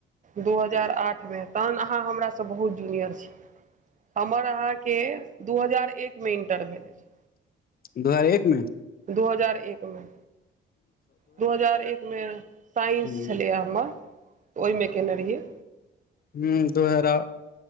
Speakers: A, on the right; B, on the left.
A: दू हजार आठ मे तहन अहाँ हमरा सँ बहुत जूनियर छि हमर अहाँके दू हजार एक मे इंटर भेल अछि
B: दू हजार एक मे
A: दू हजार एक मे दू हजार एक मे साइंस
B: तऽ
A: छलैए हमर तऽ ओहिमे कयने रहियै
B: हू दो हजार आ